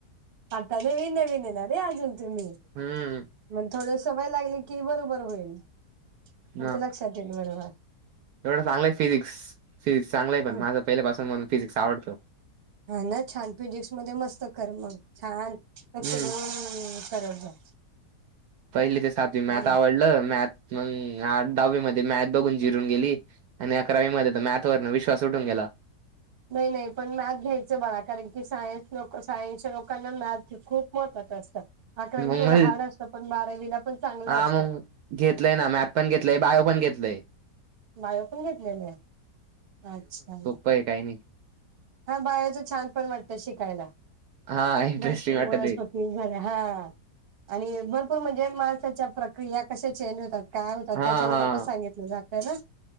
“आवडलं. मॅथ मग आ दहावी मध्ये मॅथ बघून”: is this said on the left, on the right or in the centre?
Right